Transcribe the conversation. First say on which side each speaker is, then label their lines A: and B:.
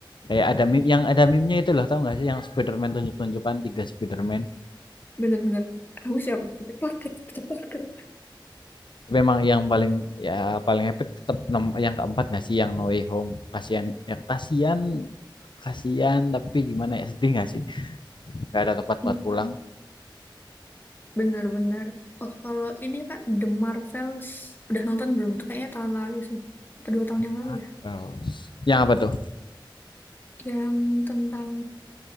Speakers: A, on the left; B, on the left.
A: Kayak ada meme yang ada meme-nya itu loh, tau nggak sih yang Spider-Man tunjuk-tunjukkan tiga Spider-Man.
B: Bener-bener. Kamu siapa? Peter Parker. Peter Parker.
A: Tapi emang yang paling ya paling epic tetap nom- yang keempat nggak sih yang No Way Home. Kasihan ya kasihan kasihan tapi gimana ya sedih nggak sih? Nggak ada tempat buat
B: Mm.
A: pulang.
B: Bener-bener. Oh kalau ini kak The Marvels udah nonton belum? Tuh kayaknya tahun lalu sih. Atau dua tahun yang
A: Marvels.
B: lalu ya?
A: Yang apa tuh?
B: Yang tentang